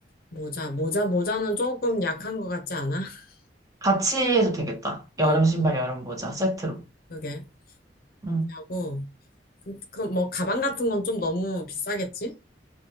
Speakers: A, on the left; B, on the right.
A: 모자, 모자, 모자는 조금 약한 것 같지 않아? <laughs>
B: 같이 해도 되겠다.
A: 어,
B: 여름 신발, 여름 모자 세트로.
A: 그게. 그렇게
B: 음.
A: 하고. 그- 그럼 뭐 가방 같은 건 좀 너무 비싸겠지?